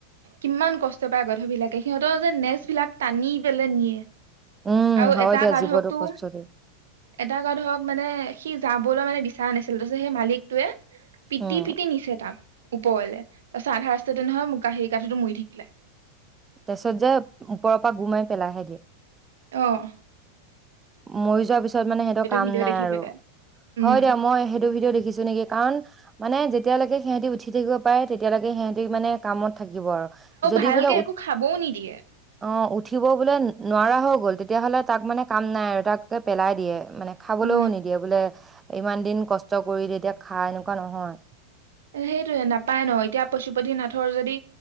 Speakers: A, on the right; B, on the right.
A: কিমান কষ্ট পায় গাধবিলাকে সিহঁতৰ যে নেজ বিলাক টানি পেলে নিয়ে।
B: উম।
A: আৰু
B: হয়
A: এটা
B: দিয়া
A: গাধকটো
B: জীৱতোক কষ্ট দিয়া।
A: এটা গাধক মানে সি জা মানে বিচাৰা নাছিল তাৰপিত সেই মালিকটোৱে পিটি
B: উম
A: পিটি নিছে তাক। ওপৰলে, তাৰপাছত আধা ৰাস্তাতে নহয় <unintelligible> <unintelligible> মৰি থাকিলে।
B: তাপিছত যে ওপৰৰ পৰা গোৰ মাৰি পেলাইহে দিয়ে।
A: অহ।
B: মৰি যোৱা পিছত মানে সিহতৰ কাম
A: ভিডিঅ'
B: নাই
A: দেখি
B: আৰু।
A: পেলাই উম
B: হয় দিয়া মই সেইটো ভিডিঅ' দেখিছো নেকি কাৰণ মানে যেত তেতিয়ালৈকে সিহঁতি উঠি থাকিব পাৰে তেতিয়ালৈকে সিহঁতি মানে কামত থাকিব আৰু যদি
A: ভালকে
B: বোলে অ
A: একো খাবও নিদিয়ে
B: উঠিব বোলে নোৱাৰা হৈ গ'ল তেতিয়াহ'লে তাক মানে কাম নাই আৰু তাকটো পেলাই দিয়ে মানে খাবলৈও
A: উম
B: নিদিয়ে বোলে ইমান দিন কষ্ট কৰি তেতিয়া খা এনেকুৱা নহয়
A: সেইটোয়ে নাপায় ন এতিয়া পশুপতি নাথৰ যদি